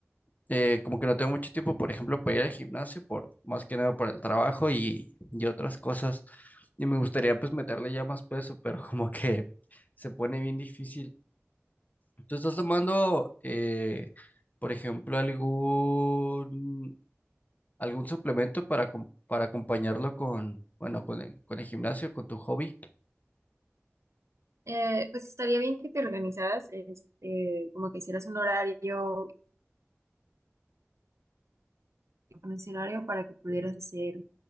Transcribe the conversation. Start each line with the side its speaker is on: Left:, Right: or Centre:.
Left: eh, como que no tengo mucho tiempo, por ejemplo, para ir al gimnasio, por, más que nada por el trabajo y, y otras cosas. Y me gustaría pues meterle ya más peso, pero <laughs> como que se pone bien difícil. ¿Tú estás tomando, eh, por ejemplo, algún, algún suplemento para, acom- para acompañarlo con, bueno, con el, con el gimnasio, con tu hobby?
Right: Eh, pues estaría bien que te organizaras, este, como que hicieras un horario, un escenario para que pudieras hacer